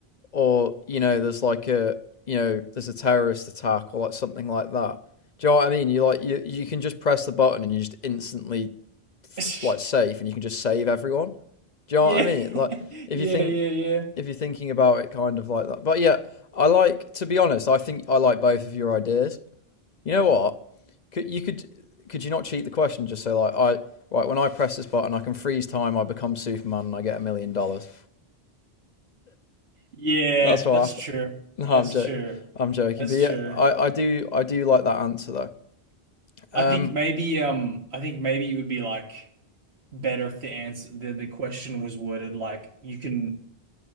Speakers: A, on the left; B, on the right.
A: or you know there's like a you know there's a terrorist attack or like something like that do you know what i mean you like you, you can just press the button and you just instantly
B: <laughs>
A: like safe and you can just save everyone do you know
B: Yeah.
A: what i mean like
B: <laughs>
A: if
B: Yeah,
A: you think
B: yeah, yeah.
A: if you're thinking about it kind of like that but yeah i like to be honest i think i like both of your ideas you know what could you could could you not cheat the question just say like i right when i press this button i can freeze time i become superman and i get a million dollars
B: Yeah,
A: that's what
B: that's
A: I, f-
B: true.
A: <laughs> No, I'm
B: That's
A: jo-
B: true.
A: I'm joking,
B: That's
A: but yeah,
B: true.
A: I, I do I do like that answer though. Um,
B: I think maybe um I think maybe it would be like better if the answer the, the question was worded like you can